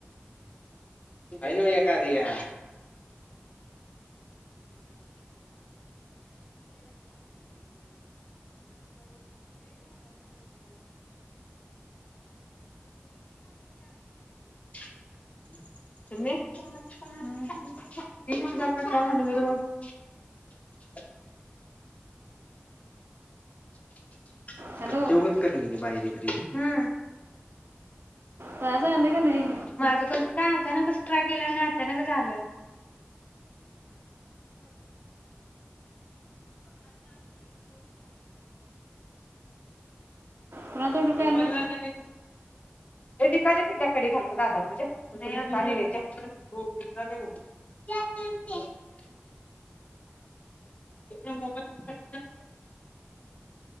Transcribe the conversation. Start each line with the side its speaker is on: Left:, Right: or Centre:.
Left: हाय न्हव हे कार्या <unintelligible> <inaudible> <unintelligible>
Right: हॅलो
Left: बाय <unintelligible>
Right: चहा झालं का नाही?
Left: माझं कस अचानकच ट्राय केला आणि अचानकच आल
Right: पुन्हा दोन रुपये
Left: मोबाईलला
Right: आलं
Left: काय <unintelligible> <unintelligible> हे